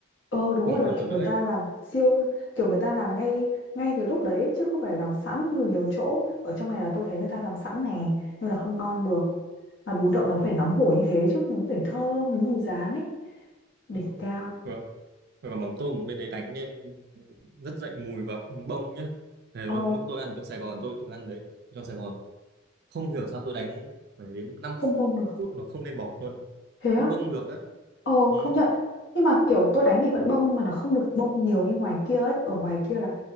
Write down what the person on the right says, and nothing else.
bỏng
luôn
cả lưỡi
ừ.
rồi
rồi rồi mắm tôm bên đấy đánh lên rất dậy mùi và bông nhá thế luôn
lúc tôi ăn trong Sài Gòn tôi từng ăn đấy trong Sài Gòn không hiểu sao tôi đánh phải đến 5
phút nó không lên bọt luôn
không bông được á
ừ.